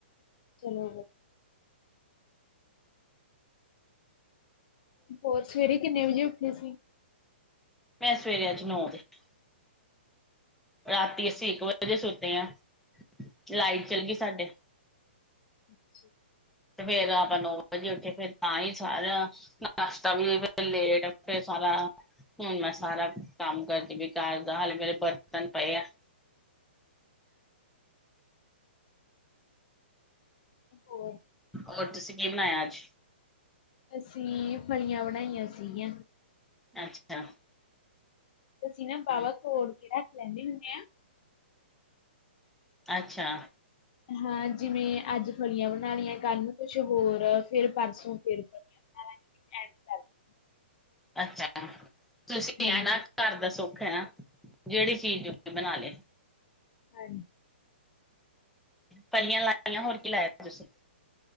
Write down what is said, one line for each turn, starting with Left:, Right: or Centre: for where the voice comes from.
Left: ਚਲੋ ਫਿਰ ਹੋਰ ਸਵੇਰੇ ਕਿੰਨੇ ਵਜੇ ਉੱਠੇ ਸੀ।
Centre: ਮੈਂ ਸਵੇਰੇ ਅੱਜ ਨੌ ਵਜੇ ਰਾਤੀ ਅਸੀਂ ਇੱਕ ਵਜੇ ਦੇ ਸੁੱਤੇ ਹਾਂ ਲਾਈਟ ਚੱਲ ਗਈ ਸਾਡੇ
Left: <inaudible>
Centre: ਤੇ ਫੇਰ ਆਪਾਂ ਨੌ ਵਜੇ ਉੱਠੇ ਫੇਰ ਤਾਂ ਹੀ ਸਾਰਿਆਂ ਨਾਸ਼ਤਾ ਵੀ ਲੇਟ ਫੇਰ <unintelligible> ਹੁਣ ਮੈਂ ਸਾਰਾ ਕੰਮ ਕਰਦੀ ਵੀ ਘਰਦਾ ਹਾਲੇ ਮੇਰੇ ਬਰਤਨ ਪਏ ਆ। <inaudible>
Left: ਹੋਰ।
Centre: ਹੋਰ ਤੁਸੀਂ ਕੀ ਬਣਾਇਆ ਅੱਜ।
Left: ਅਸੀਂ ਫਲੀਆਂ ਬਣਾਈਆਂ ਸੀਗੀਆਂ।
Centre: ਅੱਛਾ।
Left: ਅਸੀਂ ਨਾ
Centre: ਹੂੰ
Left: ਬਾਵਾ ਘੋਲ ਕੇ ਰੱਖ ਲੈਣੇ ਹੁੰਦੇ ਆ।
Centre: ਅੱਛਾ।
Left: ਹਾਂ ਜਿਵੇਂ ਅੱਜ ਫਲੀਆਂ ਬਣਾ ਲਈਆਂ ਕੱਲ ਨੂੰ ਕੁਛ ਹੋਰ ਫਿਰ ਪਰਸੋਂ ਫਿਰ ਫਲੀਆਂ ਬਣਾ ਲਈਆ <unintelligible>
Centre: ਅੱਛਾ ਤੁਸੀਂ
Left: ਹਾਂਜੀ,
Centre: ਆ ਨਾ ਘਰ ਦਾ ਸੁੱਖ ਹੈ ਨਾ। ਜਿਹੜੀ ਚੀਜ਼ ਬਣਾ ਲਏ।
Left: ਹਾਂਜੀ
Centre: ਫਲੀਆਂ ਲਾਈਆਂ ਹੋਰ ਕੀ ਲਾਈਆਂ ਤੁਸੀਂ।